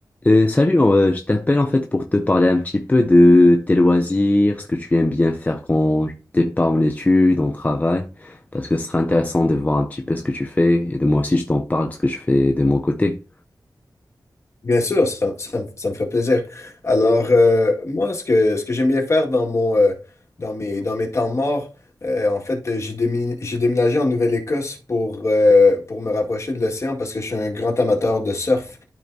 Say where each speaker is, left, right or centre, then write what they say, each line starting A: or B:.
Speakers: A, on the left; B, on the left.
A: Euh, salut, euh, je t'appelle en fait pour te parler un petit peu de tes loisirs, ce que tu aimes bien faire quand t'es pas en études, en travail, parce que ce serait intéressant de voir un petit peu ce que tu fais et de moi aussi je t'en parle de ce que je fais de mon côté.
B: Bien sûr, ça, ça me ça me ferait plaisir. Alors, euh, moi, ce que, ce que j'aime bien faire dans mon, euh, dans mes, dans mes temps morts, euh, en fait, euh, j'ai démi- j'ai déménagé en Nouvelle-Écosse pour, euh, pour me rapprocher de l'océan parce que je suis un grand amateur de surf.